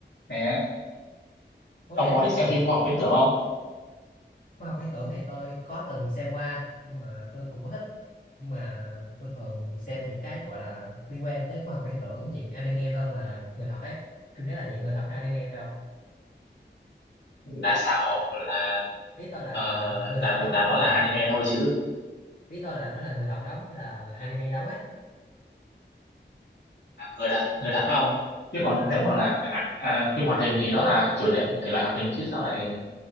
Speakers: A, on the left; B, on the left.
A: nè.
B: Hố
A: Ông
B: đen
A: có
B: tử
A: thích
B: thần,
A: xem phim khoa học viễn tưởng không?
B: khoa học viễn tưởng thì tôi có từng xem qua nhưng mà tôi cũng có thích. Nhưng mà tôi thường xem những cái gọi là liên quan tới khoa học viễn tưởng diện anime hơn là người thật ấy. Phim đấy là dạng người thật hay anime phải không?
A: Là sao hả ông? Là
B: Ý tôi là
A: ờ,
B: người
A: là
B: thật
A: là
B: đóng hay
A: nó
B: là
A: là anime thôi chứ
B: ý tôi là nó là người thật đóng hay là anime đóng ấy.
A: À, người thật người thật đó ông. Chứ
B: À,
A: còn nếu mà là à, à, phim hoạt hình thì nó là chủ đề thể loại hoạt hình chứ sao lại